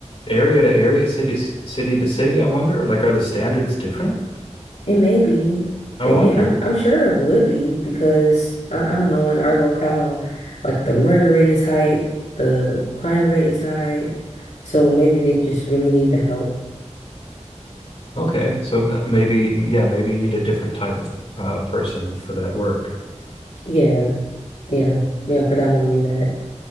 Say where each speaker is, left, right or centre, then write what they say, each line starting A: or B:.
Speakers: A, on the left (about 50°); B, on the left (about 75°).
A: area to area, city city to city? I wonder. Like, are the standards different?
B: It may be.
A: I
B: It,
A: wonder.
B: it- I'm I'm sure it would be because I, I don't know in our locale, like the murder rate is high, the crime rate is high, so maybe they just really need the help.
A: Okay, so uh, maybe yeah, maybe you need a different type of uh, person for that work,
B: Yeah, yeah, yeah, predominantly that.